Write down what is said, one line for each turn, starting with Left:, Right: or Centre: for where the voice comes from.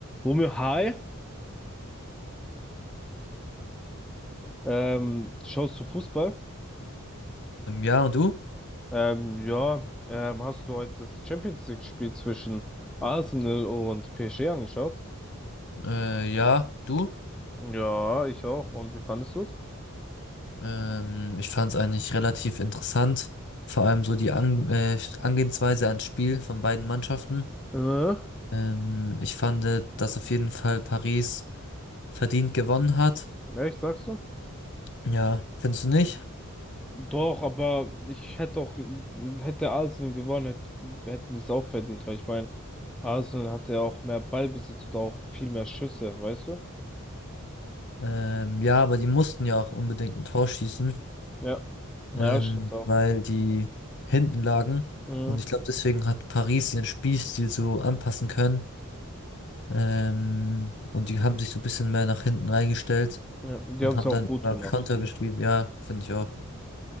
Centre: Romeo, hi. Ähm, schaust du Fußball?
Left: Ähm, Ja, und du?
Centre: Ähm, ja, ähm, hast du heute das Champions League-Spiel zwischen Arsenal und PSG angeschaut?
Left: Äh, ja, du?
Centre: Ja, ich auch. Und wie fandest du's?
Left: Ähm, ich fand es eigentlich relativ interessant. Vor allem so die An äh, Angehensweise ans Spiel von beiden Mannschaften.
Centre: Äh?
Left: Ähm, ich fand, äh, dass auf jeden Fall Paris verdient gewonnen hat.
Centre: Echt, sagst du?
Left: Ja, findest du nicht?
Centre: Doch, aber ich hätte auch, ge- hätte Arsenal gewonnen, hätt, hätten die es auch verdient, weil ich meine, Arsenal hatte ja auch mehr Ballbesitz und auch viel mehr Schüsse, weißt du?
Left: Ähm, ja, aber die mussten ja auch unbedingt ein Tor schießen,
Centre: Ja. Ja,
Left: ähm,
Centre: stimmt auch.
Left: weil die hinten lagen.
Centre: Mhm.
Left: Und ich glaube, deswegen hat Paris ihren Spielstil so anpassen können. Ähm, und die haben sich so ein bisschen mehr nach hinten reingestellt.
Centre: Ja, die
Left: und
Centre: haben es
Left: haben
Centre: auch
Left: dann
Centre: gut
Left: über
Centre: gemacht.
Left: Konter gespielt. Ja, finde ich auch.